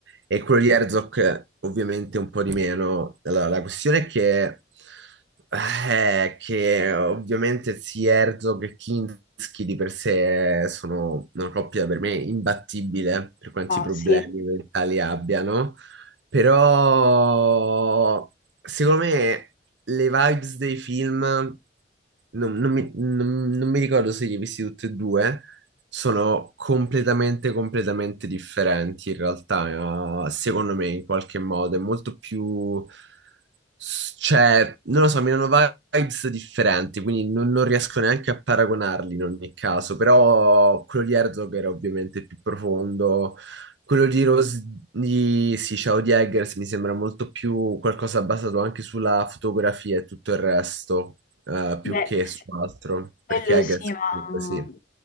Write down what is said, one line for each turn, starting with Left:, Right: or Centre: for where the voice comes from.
Right: E quello di
Left: sì,
Right: Herzog ovviamente un po' di meno. Allora, la questione è che, eh, che ovviamente sia Herzog e Kinski di per sé sono una coppia per me imbattibile per quanti problemi
Left: sì.
Right: mentali abbiano, però secondo me le vibes dei film, non, non mi, non- non mi ricordo se li hai visti tutti e due, sono completamente, completamente differenti in realtà, eh, secondo me, in qualche modo. È molto più... s- Cioè, non lo so, mi hanno vibes differenti, quindi non, non riesco neanche a paragonarli in ogni caso, però quello di Herzog era ovviamente più profondo. Quello di Rose, di, sì, Ciao di Eggers mi sembra molto più qualcosa basato anche sulla fotografia e tutto il resto, eh,
Left: Beh,
Right: più che
Left: sì,
Right: su altro,
Left: quello
Right: perché Eggers
Left: sì, ma.
Right: comunque sì.